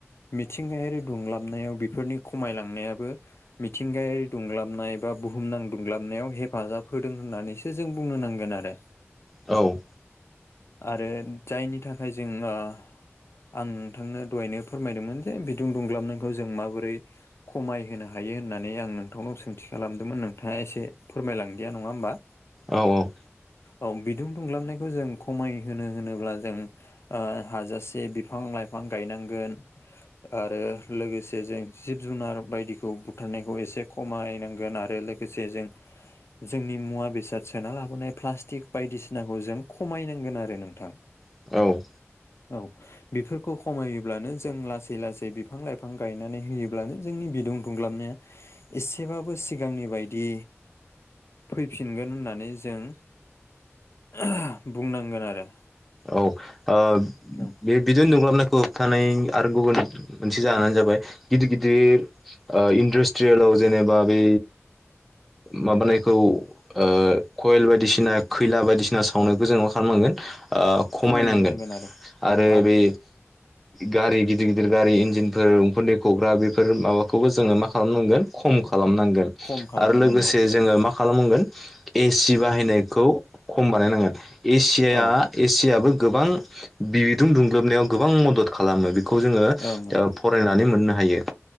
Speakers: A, on the left; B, in the centre.
A: मिथिंगायारि दुंलाबनायाव बेफोरनि खमायलांनायाबो मिथिंगायारि दुंलाबनाय बा बुहुमनां दुंब्लाबनायाव हेफाजाब होदों होननानैसो जों बुंनो नांगोन आरो।
B: औ
A: आरो जायनि थाखाय जोंहा आं नोंथांनो दहायनो फोरमायदोंमोन जे बिदुं दुंग्लाबनायखौ जों माबोरै खमायहोनो हायो होननानै आं नोंथांनाव सोंथि खालामदोंमोन नोंथाङा एसे फोरमायलांदिया नङा होमबा?
B: औ औ
A: औ बिदुं दुंग्लाबनायखौ जों खमायहो होनोब्ला जों हाजासे बिफां लाइफां गायनांगोन। आरो लोगोसे जों जिब जुनार बायदिखौ बुथारनायखौ एसे खमायनां होगोन आरो लोगोसे जों जोंनि मुवा बेसाद सोना लाबोनाय प्लास्टिक बायदिसिनाखौ जों खमायनांगोन आरो नोंथां।
B: औ औ
A: औ बेफोरखौ खमायोब्लानो जों लासै लासै बिफां लाइफां गायनानै होयोब्लानो जोंनि बिदुं। खुंग्लाबनो एसेबाबो सिगांनि बायदि फैफिनगोन होननानै जों ओह बुंनांगोन आरो
B: औ ओ
A: औ
B: बे बिदुं दुंलाबनायखौ होबथानाय आरो गुबुन मोनसे जाहोनानो जाबाय गिदिर गिदिर ओ इन्डास्ट्रियेलाव जेनेबा बै माबानायखौ ओ कयल बायदिसिना खैला बायदिसिना सावनायखौ जों मा खालामनांगोन ओ खमायनांगोन
A: खमायनो नांगोन आरो
B: आरो
A: ओं
B: बै गारि गिदिर गिदिर गारि इन्जिनफोर उखुन्दैखुग्रा बेफोर माबाखौबो जोङो मा खालामनांगोन खम खालामनांगोन
A: खम खालामनांगोन
B: आरो लोगोसे
A: औ
B: जोङो मा खालामांगोन ए सि बाहायनायखौ खम बानायनांगोन ए सिआ
A: औ
B: ए सि आबो गोबां बिदुं दुंग्लोबनायाव गोबां मदद खालामो बेखौ जोङो ओ
A: ओं ओं
B: फरायनानै मोननो हायो।